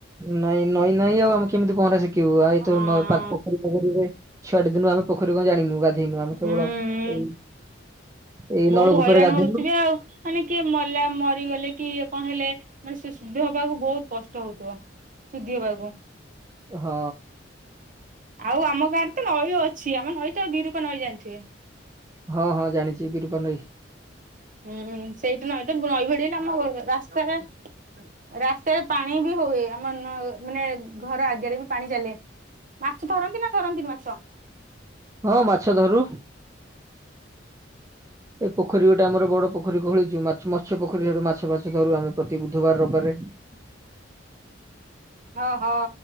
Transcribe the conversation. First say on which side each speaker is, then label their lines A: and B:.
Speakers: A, on the right; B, on the right.
A: ନାଇଁ ନଈ ନାଇଁ ଆଉ ଆମେ କେମିତି ପହଁରା ଶିଖିବୁ? ଆଇ
B: ହଁ
A: ତ ପାଖ ପୋଖରୀ ଫୋକରୀରେ ଛୁଆଟି ଦିନରୁ ଆମେ ପୋଖରୀ କଣ ଜାଣିନୁ। ଗା ଧେନୁ ଆମେ
B: ହୁଁ
A: କେବଳ ଏଇ ଏଇ
B: ବହୁତ
A: ନଳକୂପରେ
B: ହଇରାଣ
A: ଗାଧେଇଲୁ।
B: ହଉଥିବେ ଆଉ ମାନେ କିଏ ମଲା ମରିଗଲେ କି ଇଏ କଣ ହେଲେ ମାନେ ସେ ଶୁଦ୍ଧ ହବାକୁ ବହୁତ କଷ୍ଟ ହଉଥିବ। ଶୁଦ୍ଧି ହବାକୁ
A: ହଁ।
B: ଆଉ ଆମ ଗାଁରେ ତ ନଈ ଅଛି। ଆମେ ନଈ ତ ବିରୂପା ନଈ ଜାଣିଥିବେ।
A: ହଁ, ହଁ ଜାଣିଛି ବିରୂପା ନଈ।
B: ହୁଁ, ହୁଁ ସେଇଠି ନଈ ତ, ନଈ ବଢ଼ୀ ହେଲେ ଆମ ରାସ୍ତାରେ ରାସ୍ତାରେ ପାଣି ବି ହୁଏ ଆମ ନ ମାନେ ଘର ଆଗରେ ବି ପାଣି ଚାଲେ। ମାଛ ଧରନ୍ତି ନା ଧରନ୍ତି ନି ମାଛ?
A: ହଁ ମାଛ ଧରୁ। ଏ ପୋଖରୀ ଗୋଟେ ଆମର ବଡ ପୋଖରୀ ଖୋଳିଛୁ ମାଛ ମତ୍ସ୍ୟ ପୋଖରୀ ସେଇଟୁ ମାଛ ଫାଛ ଧରୁ ଆମେ ପ୍ରତି ବୁଧବାର ରବିବାର ଧରେ।
B: ଓହୋ